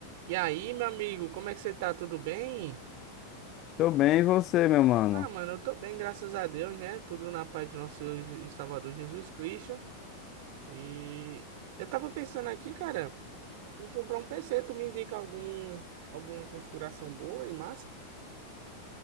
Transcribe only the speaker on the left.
Tô bem, e você, meu mano?